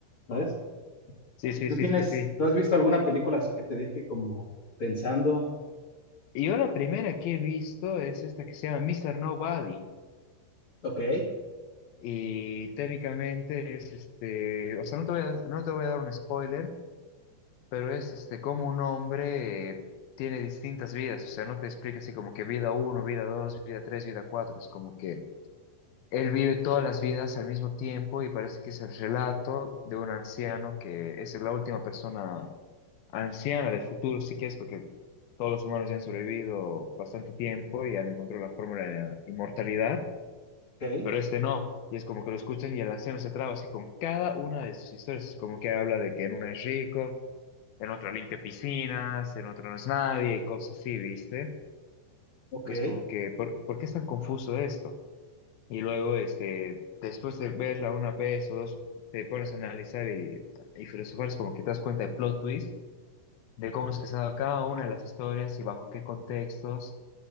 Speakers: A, on the left; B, on the left.
A: ¿Sabes?
B: Sí, sí,
A: ¿Tú
B: sí,
A: tienes,
B: sí, sí.
A: tú has visto alguna película así que te deje como pensando,
B: Y yo la primera que he visto es esta que se llama Mister Nobody.
A: ok?
B: Y técnicamente es este, o sea, no te voy a, no te voy a dar un spoiler, Pero es este, como un hombre eh, tiene distintas vidas, o sea, no te explica así como que vida uno, vida dos, vida tres, vida cuatro, es como que él vive todas las vidas al mismo tiempo y parece que es el relato de un anciano que es la última persona anciana del futuro, si quieres, porque todos los humanos ya han sobrevivido bastante tiempo y han encontrado la fórmula de la inmortalidad,
A: Ok,
B: pero este no. Y es como que lo escuchan y el anciano se traba así con cada una de sus historias. Es como que habla de que en una es rico, en otra limpia piscinas, en otra no es nadie y cosas así, ¿viste?
A: ok,
B: Y es como que, ¿por, por qué es tan confuso esto? Y luego, este, después de verla una vez o dos, te pones a analizar y, y filosofar, es como que te das cuenta de plot twist, de cómo es que se ha dado cada una de las historias y bajo qué contextos,